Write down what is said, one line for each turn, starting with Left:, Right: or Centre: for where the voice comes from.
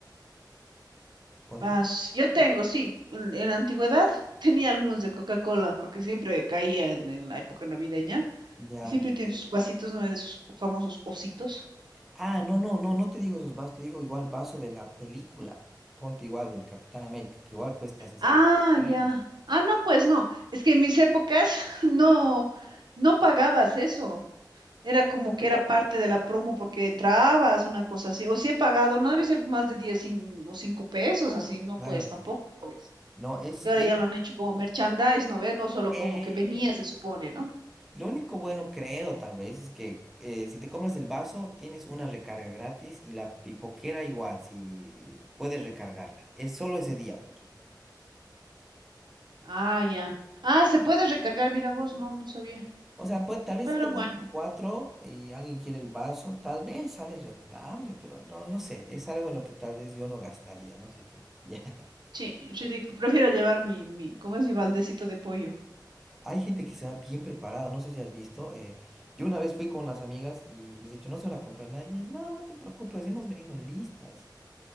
Centre: Jodido.
Right: Ah, s- yo tengo, sí, en en la antigüedad tenía algunos de Coca-Cola, porque siempre caía en, en la época navideña,
Centre: Ya.
Right: y siempre tienen sus Ya. vasitos, ¿no? De sus famosos ositos.
Centre: Ah, no, no, no, no te digo esos vasos, te digo igual vaso de la película. Ponte igual del Capitán América, que igual cuesta sesenta
Right: Ah,
Centre: millones.
Right: ya. Ah, no, pues no. Es que en mis épocas <laughs> no, no pagabas eso. Era como que era parte de la promo porque entrabas, una cosa así. O si he pagado, no debe ser más de 10 cin- o 5 pesos, así, no,
Centre: Claro.
Right: pues tampoco. Pues.
Centre: No, es,
Right: Es que ahora ya lo han hecho como merchandise, ¿no ves? No solo
Centre: es,
Right: como que venía, se supone, ¿no?
Centre: Lo único bueno, creo, tal vez, es que eh, si te compras el vaso, tienes una recarga gratis y la pipoquera igual, si puedes recargarla. Es solo ese día, pero.
Right: Ah, ya. Ah, se puede recargar, mira vos, no, no sabía.
Centre: O sea, pues tal vez
Right: Pero
Centre: si te
Right: bueno.
Centre: vas a cuatro y alguien quiere el vaso, tal vez sale rentable, pero no, no sé. Es algo en lo que tal vez yo no gastaría, no sé tú. <laughs> Ya.
Right: Sí, ridic- Prefiero llevar mi, mi, ¿cómo es mi baldecito de pollo?
Centre: Hay gente que se va bien preparada, no sé si has visto. eh, yo una vez fui con unas amigas y les he dicho, no se van a comprar nada. Y ellas, no, no te preocupes, hemos venido listas.